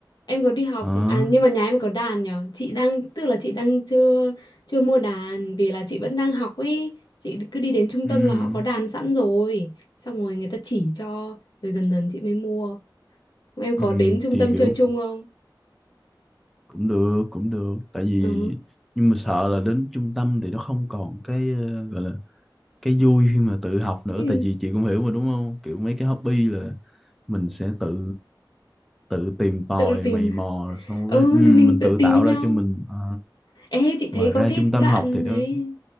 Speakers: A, on the left (about 60°); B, in the centre.
A: em có đi học
B: ờ
A: à nhưng mà nhà em có đàn nhở chị đang tức là chị đang chưa chưa mua đàn vì là chị vẫn đang học ấy chị cứ đi đến trung
B: ừ,
A: tâm là họ có đàn sẵn rồi xong rồi người ta chỉ cho rồi dần dần chị mới mua em có
B: ừ,
A: đến trung
B: thì
A: tâm
B: kiểu
A: chơi chung
B: mình
A: không
B: cũng được cũng được tại vì
A: ừ
B: nhưng mà sợ là đến trung tâm thì nó không còn cái ờ, gọi là cái vui khi mà tự học nữa
A: Thì
B: tại vì chị cũng hiểu mà đúng không kiểu mấy cái hobby là mình sẽ tự tự tìm tòi
A: tự tìm
B: mày mò rồi xong
A: ừ
B: cái ừ, mình
A: thì mình tự
B: tự
A: tìm
B: tạo
A: với nhau
B: ra cho mình Ờ,
A: ê chị
B: mà
A: thấy
B: ra
A: có cái
B: trung
A: đoạn
B: tâm học thì đâu
A: đấy